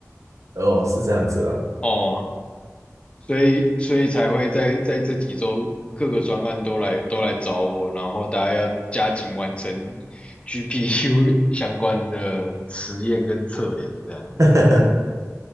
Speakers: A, on the right (about 75°); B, on the left (about 20°).
A: 哦，是这样子啊，
B: 哦，所以所以才会在在这几周各个专案都来都来找我，然后大家要加紧完成 GPU 相关的实验跟测量，这样子。
A: <laughs>